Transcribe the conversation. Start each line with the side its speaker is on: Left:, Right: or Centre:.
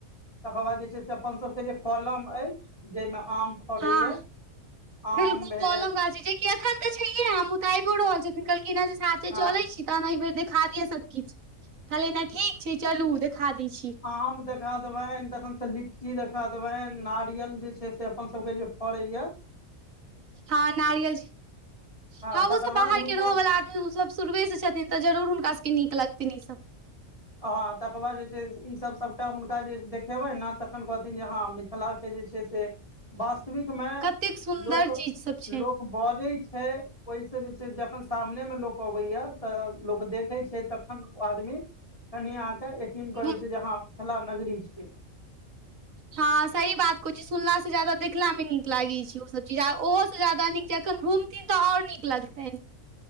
Left: तकर बाद जे छैय से अपन सबके जे कलम अछि जेहिमे आम फड़ैया
Right: हँ
Left: आम
Right: बिलकुल
Left: भेल
Right: कोलम गाजी जेकी अथन तऽ छैये हम उताइ भ रहल छी कहलखिन से साथे
Left: हँ
Right: चलै छी तहन एहि बेर देखा दिअ सब कििछ कहलै ने ठीक छै य चलू देखा दै छी।
Left: आम देखा देबनि तखन से लीची देखा देबनि नारियल जे छैय से अपन सबके जे फरइय।
Right: हँ नारियल छैय
Left: हँ तकर
Right: ओ सब
Left: बाद
Right: बाहर
Left: हुनका
Right: के रहवला ओसभ शुरुे से छथिन तऽ जरूर हुनका सबके नीक लगतन ईसभ।
Left: ह तकर बाद जे छैय ईसभ सबटा हुनका जे देखेबै नऽ तखन कहथिन जे ह मिथिला जे छैय से वास्तविकमे
Right: कतेक सुन्दर
Left: लोक
Right: चीज सब छै
Left: लोक बजै छैय ओहिसँ जे छैय जखन सामने मऽ लोक अबैया तऽ लोक देखै छैय तखन ओ आदमी कनि अहाँ के यकीन
Right: हँ
Left: करे छै लय जे हहाँ मिथिला नगरी छियै।
Right: हँ सही बात कहैत छी सुनलासँ ज्यादा देखलामे नीक लागैत छैय ओसभ चीज आ ओहोसँ ज्यदा नीक खन घुमथिन तऽ आओर नीक लगतनि।